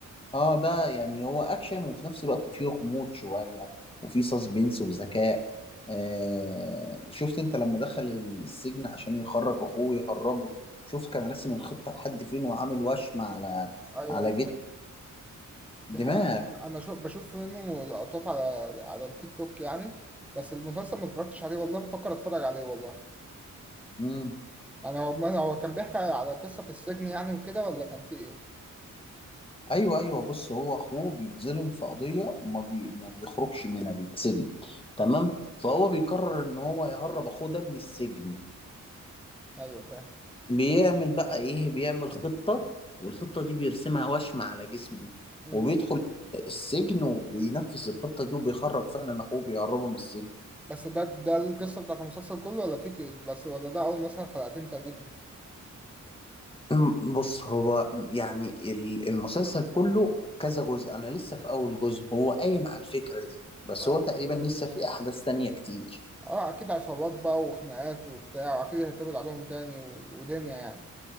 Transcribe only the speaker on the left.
اه ده يعني هو أكشن وفي نفس الوقت فيه غموض شوية وفيه سسبنس وذكاء آه شفت انت لما دخل السجن عشان يخرج أخوه يهربه شوف كان راسم الخطة لحد فين وعامل وشم على
على جثة
دماغ
مم.
ايوه ايوه بص هو اخوه بيتظلم في قضيه وما بي... ما بيخرجش منها بيتسجن تمام فهو بيقرر ان هو يهرب اخوه ده من السجن
بيعمل بقى ايه بيعمل خطه والخطه دي بيرسمها وشم على جسمه
وبيدخل السجن وبينفذ الخطه دي وبيخرج فعلا اخوه بيهربه من السجن
أم، بص هو يعني ال- المسلسل كله كذا جزء انا لسه في اول جزء هو قايم على الفكره دي بس
هو تقريبا لسه في احداث تانية كتير